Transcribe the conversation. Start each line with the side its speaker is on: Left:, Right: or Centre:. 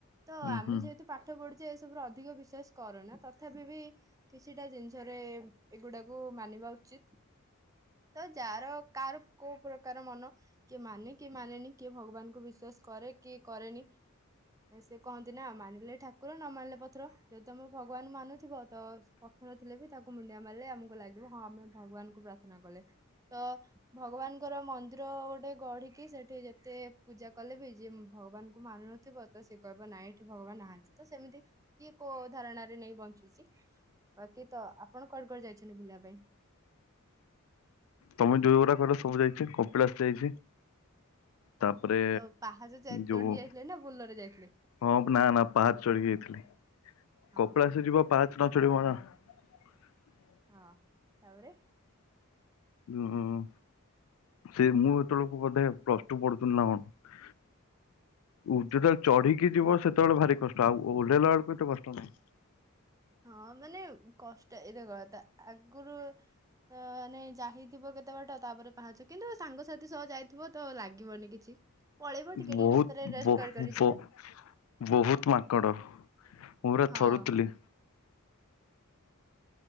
Right: ତ
Left: ଉୁଁ
Right: ଆମେ
Left: ହୁଁ
Right: ଯେହେତୁ ପାଠ ପଢୁଛେ। ଏ ସବୁ ଅଧ ଅଧିକ ବିଶ୍ଵାସ କରୁନା ତଥାପି ବି କିଛିଟା ଜିନିଷରେ ଏଗୁଡାକୁ ମାନିବା ଉଚିତ ତ ଯାହାର କାହାର କୋଉ ପ୍ରକାର ମନ କିଏ ମାନେ କିଏ ମାନେନି କିଏ ଭଗବାନଙ୍କୁ ବିଶ୍ବାସ କରେ କି କରେନି ସେ କହନ୍ତି ନା ମାନିଲେ ଠାକୁର ନ ମାନିଲେ ପଥର ଯଦି ତମେ ଭ ଭଗବାନ ମାନୁଥିବ ତ ପଥର ଥିଲେ ବି ତାକୁ ମୁଣ୍ଡିଆ ମାରିଲେ ଆମକୁ ଲାଗିବ ହଁ ଆମେ ଭଗବାନଙ୍କୁ ପ୍ରାର୍ଥନା କଲେ। ତ ଭଗବାନଙ୍କର ମନ୍ଦିର ଟ୍ର ଗୋଟେ ଗଢିକି ସେଠି ଯେତେ ପୂଜା କଲେ ବି ଭଗବାନଙ୍କୁ ମାନୁ ନଥିବ ତ ସିଏ କହିବ ନାଇ ଠି ଭଗବାନ ନାହାନ୍ତି ତ ସେମିତି କିଏ କୋଉ ଧାରଣାରେ ନେଇ ବଞ୍ଚୁଚି। ବାକି ତ ଆପଣ କୁଆଡେ କୁଆଡେ ଯାଇଚନ୍ତି ବୁଲିବା ପାଇଁ?
Left: ତମେ ଯୋଉଗୁଡା କହିଲା ସବୁ ଯାଇଚି କପିଳାସ ଯାଇଚି। ତାପରେ
Right: ତ ପାହାଚ ଚା
Left: ଯୋଉ
Right: ଚଢିକି ଯାଇଥିଲେ ନା ବୋଲରରେ ଯାଇଥିଲେ?
Left: ହଁ ନା ନା ପାହାଚ ଚଢିକି ଯାଇଥିଲି
Right: ହଁ
Left: କପିଳାସ ଯିବା ପାହାଚ <unintelligible>
Right: ହଁ ତାପରେ?
Left: ହଁ ସେ ମୁଁ ଯେତେବେଳକୁ ବୋଧେ ପ୍ଲସ ଟୁ ପଢୁଥିଲି ନା କଣ। ଉ
Right: ଆଚ୍ଛା
Left: ଯୋଉଟା ଚଢିକି ଯିବ ସେତେବେଳେ ଭାରି କଷ୍ଟ ଆଉଁ ଓହ୍ଲେଇଲା ବେଳକୁ ଏତେ କଷ୍ଟ ନାହିଁ।
Right: ହଁ ମାନେ କଷ୍ଟ ଏଇ ଦେଖ ତା ଆଗରୁ ଆଁ ମାନେ ଯାହିଥିବ କେତେବାଟ ତାପରେ ପାହାଚ କିନ୍ତୁ ସାଙ୍ଗସାଥି ସହ ଯାଇଥିବ ତ ଲାଗିବନି କିଛି। ପଳେଇବ ଟିକେ
Left: ବୋହୁତ
Right: ଟିକେ ରାସ୍ତାରେ ରେଷ୍ଟ
Left: ବୋ
Right: କରି କରି
Left: ବୋ
Right: ଯିବ
Left: ବୋହୁତ ମାଙ୍କଡ। ପୁରା
Right: ହଁ
Left: ଥରୁଥିଲି।